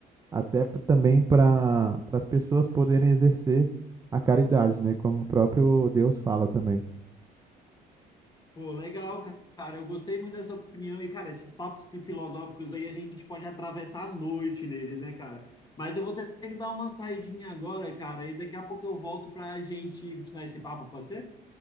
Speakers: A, on the right; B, on the left.
A: até p- também para as pessoas poderem exercer a caridade, né? Como o próprio Deus fala também.
B: Pô, legal, cara. Eu gostei muito dessa opinião. E, cara, esses papos filosóficos aí a gente pode atravessar a noite neles, né, cara? Mas eu vou ter que dar uma saidinha agora, cara, e daqui a pouco eu volto pra gente continuar esse papo, pode ser?